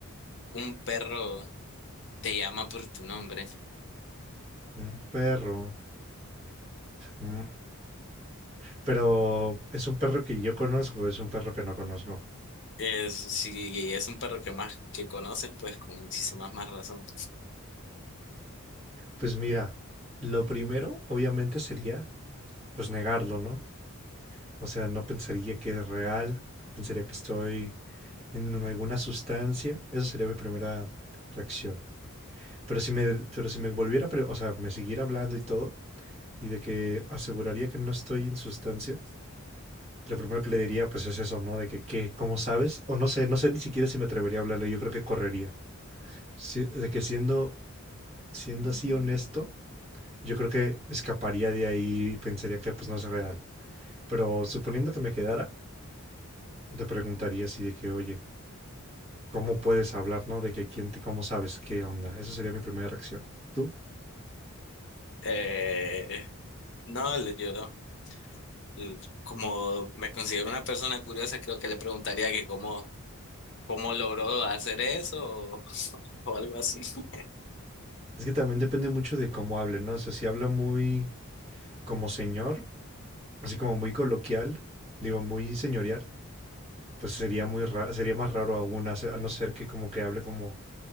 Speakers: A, on the left; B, on the right.
A: un perro te llama por tu nombre?
B: Un perro. mm, Pero es un perro que yo conozco, es un perro que no conozco.
A: Es- si es un perro que más que conoces, pues con muchísima más razón.
B: Pues mira, lo primero, obviamente, sería, pues negarlo, ¿no? O sea, no pensaría que es real, pensaría que estoy en un- alguna sustancia. Eso sería mi primera reacción. Pero si me, pero si me volviera, a pre- o sea, me siguiera hablando y todo, y de que aseguraría que no estoy en sustancias. lo primero que le diría pues es eso, ¿no? De que, qué ¿cómo sabes? O no sé, no sé ni siquiera si me atrevería a hablarle, yo creo que correría. Si- de que siendo, siendo así honesto, yo creo que escaparía de ahí y pensaría que pues no es real. Pero suponiendo que me quedara, te preguntaría así de que, oye, ¿cómo puedes hablar, no? De que quién te, cómo sabes qué onda. Esa sería mi primera reacción. ¿Tú?
A: Eh, no, le lloró. eh, como me considero una persona curiosa, creo que le preguntaría que cómo, cómo logró hacer eso o, o algo así. <laughs>
B: Es que también depende mucho de cómo hable, ¿no? O sea, si habla muy como señor, así como muy coloquial, digo, muy señorial Pues sería muy raro, sería más raro aún, a se- a no ser que como que hable como,